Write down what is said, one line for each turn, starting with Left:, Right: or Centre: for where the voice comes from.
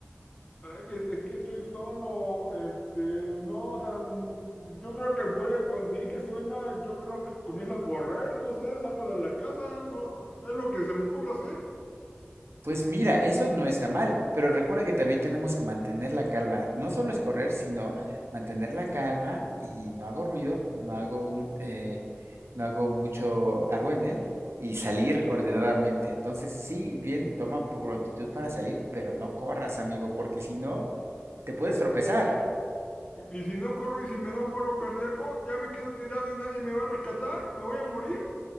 Left: Ay, que- es que estoy solo. Este, no, o sea, mm, yo creo que voy a conseguir que suena. Yo creo que comienzo a correr, no sé, salgo de la casa, no, es lo que se me ocurre hacer.
Right: Pues mira, eso no está mal, pero recuerda que también tenemos que mantener la calma. No solo es correr, sino mantener la calma y no hago ruido, no hago, mm, eh, no hago mucho argüende y salir ordenadamente. Entonces, sí, bien, toma prontitud para salir, pero no corras, amigo, porque si no, te puedes tropezar.
Left: Y si no corro y si me da un paro cardíaco, ya me quedo tirado y nadie me va a rescatar, me voy a morir.